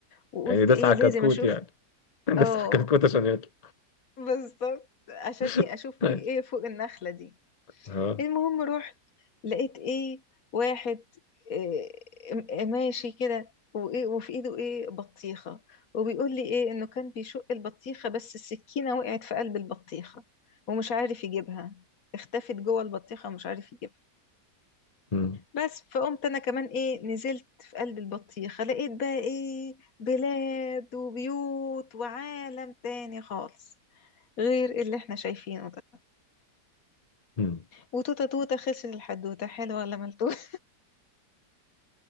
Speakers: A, on the left; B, on the left.
A: وقلت
B: يعني داس
A: ايه
B: على
A: لازم
B: كتكوت
A: اشوف
B: يعني <laughs> داس
A: اه
B: على كتكوت عشان يطلع
A: بالظبط عشان
B: <laughs>
A: ايه اشوف
B: ماشي.
A: في ايه فوق النخلة دي
B: اه
A: المهم رحت لقيت ايه واحد إيه م- ماشي كده وايه وفي ايده ايه بطيخة وبيقول لي ايه انه كان بيشق البطيخة بس السكينة وقعت في قلب البطيخة ومش عارف يجيبها اختفت جوه البطيخة ومش عارف يجيبها
B: مم.
A: بس فقمت انا كمان ايه نزلت في قلب البطيخة لقيت بقى ايه بلاد وبيوت وعالم تاني خالص غير اللي احنا شايفينه ده
B: مم.
A: وتوتة توتة خسر الحدوتة حلوة ولا ملتوتة